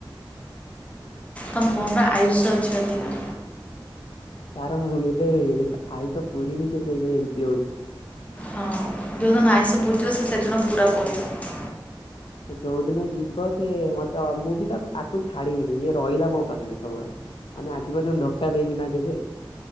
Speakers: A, on the left (about 15°); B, on the left (about 85°).
A: ତମ ଫୋନର ଆୟୁଷ ଅଛି ଅଧିକ
B: ତାର ମୁଁ ଏବେ ଆୟୁଷ ପୁରିନି ସେ ସେଇନା ଏମିତି ହଉଛି।
A: ହଁ ଯେଉଁଦିନ ଆୟୁଷ ପୁରିଜିବ ସେ ସେଦିନ ପୁରା ପଲେଇବ।
B: ଯୋଉ ଦିନ ଯିବ ସେ ମତେ ତ ମୁଁ ବି ୟାଙ୍କୁ ଛାଡିବିନି ଇଏ ରହିଲା ମୋ ପାଖରେ ସବୁବେଳେ। ମାନେ ଆଜି ପର୍ଯ୍ୟନ୍ତ ଧୋକା ଦେଇନି ନା କେବେ